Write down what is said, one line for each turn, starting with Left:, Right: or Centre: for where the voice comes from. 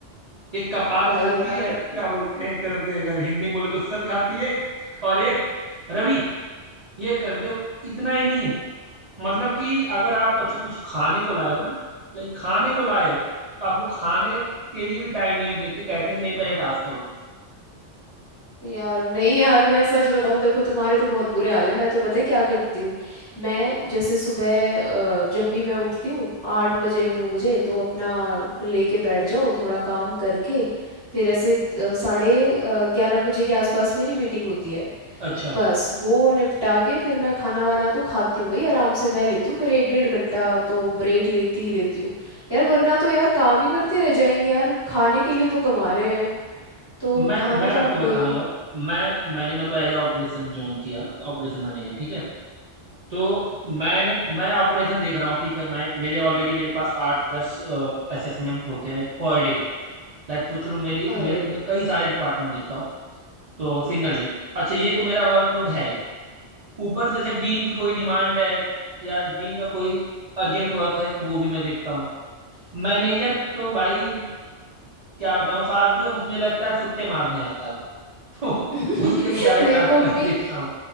Right: एक कपार
Left: भाई
Right: खाती
Left: यार
Right: है क्या बोलते हैं एक तरह से अगर हिंदी में बोले तो सर खाती है एक और एक रवि ये कर दे इतना ही नहीं मतलब कि अगर आप अच्छा कुछ खाने को लाए हो ना लाइक खाने को लाए हो तो आपको खाने के लिए भी टाइम नहीं हो देते कहते हैं कि नहीं पहले टास्क करो
Left: यार नहीं यार मैं सच बताऊं देखो तुम्हारे तो बहुत बुरे हाल है मैं तो पता है क्या करती हूँ मैं जैसे सुबह अ, जब भी मैं उठती हूँ आठ बजे नौ बजे तो अपना लेके बैठ जाओ थोड़ा काम करके फिर ऐसे अ, साढ़े अ, ग्यारह बजे के आसपास मेरी मीटिंग होती है
Right: अच्छा
Left: बस वो निपटा के फिर मैं खाना वाना तो खाती हूँ भाई आराम से मैं लेती हूँ फिर एक डेढ़ घंटा तो ब्रेक लेती ही लेती हूँ यार वरना तो यार काम ही करते रह जाएंगे यार खाने के लिए तो कमा रहे हैं तो
Right: मैं
Left: खाना
Right: मैं आपको
Left: तो वही
Right: बताऊं अब मैं मैंने मतलब एज ऑपरेशन ज्वाइन किया है मतलब ऑपरेशन मैनेजर ठीक है तो मैंने मैं ऑपरेशन देख रहा हूँ ठीक है मैं मेरे ऑलरेडी मेरे पास आठ दस असेसमेंट होते हैं पर डे लाइक सोच लो मेरी
Left: अरे
Right: मेरे मैं कई सारे डिपार्टमेंट देखता हूँ तो सिंगल डे अच्छा ये तो मेरा वर्कलोड है ही ऊपर से जब डीन की कोई डिमांड है या डीन का कोई अर्जेंट वर्क है तो वो भी मैं देखता हूँ मैनेजर तो भाई क्या बताऊँ फालतू है बस मुझे लगता है सुट्टे मारने आता है वो। <laughs> तो
Left: <laughs>
Right: उसके भी सारे
Left: मेरे
Right: टास्क
Left: को
Right: मैं
Left: भी
Right: ही देखता हूँ